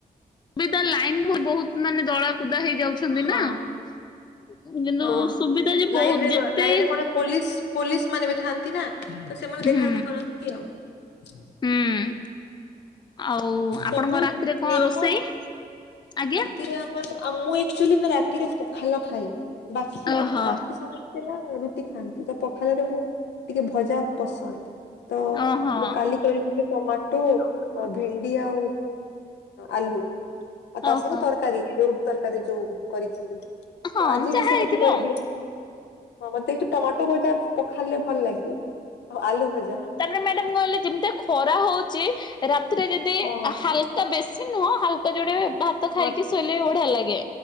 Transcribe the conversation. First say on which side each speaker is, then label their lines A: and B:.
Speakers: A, on the left; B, on the left.
A: ସୁବିଧା ଲାଇନ୍ ବହୁତ୍ ମାନେ ଦଳା କୁଦା ହେଇଯାଉଛି। ହୋଉଛନ୍ତି
B: ହଁ
A: ନାଁ କିନ୍ତୁ
B: ହଁ
A: ସୁବିଧା ଯେ
B: ଲାଇନ
A: ବହୁତ
B: ରେ
A: ଯେତେ
B: ଲାଇନ ରେ କଣ ପୋଲିସ ପୋଲିସ ମାନେ ବି ଥାନ୍ତି ନା ତ ସେମାନେ ଦେଖା
A: ହୁଁ
B: ରେଖା କରନ୍ତି ଆଉ।
A: ହୁଁ ଆଉ ଆପଣଙ୍କର
B: ସବୁ
A: ରାତିରେ କଣ
B: ନିୟମ
A: ରୋଷେଇ? ଆଜ୍ଞା।
B: ରାତିରେ ଆମର ମୁଁ ଏ କଚୁଆଲି ରାତିରେ ପଖାଲ ଖାଏ ବାକି
A: ଓହୋ।
B: ଆମ ବାକି ସମ ସେ ହେଲା ରୁଟି ଖାଆନ୍ତି ତ ପଖାଲରେ ମୁଁ ଟିକେ ଭଜା ପସନ୍ଦ। ତ
A: ଓହୋ
B: ମୁଁ କାଲି କରିଥିଲି ଟମାଟୋ ଭେଣ୍ଡି ଆଉ ଆଲୁ ଆଉ ତା
A: ଓହୋ
B: ସାଙ୍ଗେ ତରକାରୀ ଯୋଉ ତରକାରୀ ଯୋଉ କରିଥିଲି
A: ହଁ
B: ତ ଆଜି
A: ଯାହା
B: ବି ସେମିତି
A: ହେଇଥିବ
B: କରିବି
A: ଆଉ
B: ହଁ ମତେ ଟମାଟୋ ଭଜା ପଖାଲରେ ଭଲ ଲାଗେ ଆଉ ଆଲୁ ଭଜା।
A: ତାପରେ ମ୍ୟାଡାମ କହିଲେ ଯେମିତିଆ ଖରା ହୋଉଛି ରାତିରେ ଯଦି
B: ହଁ
A: ହାଲ କା ବେଶୀ ନୁହଁ ହାଲକା ଯୋଡେ ଭା ତ ଖାଇକି
B: ହଁ
A: ଶୋଇଲେ ବି ବଢିଆ ଲାଗେ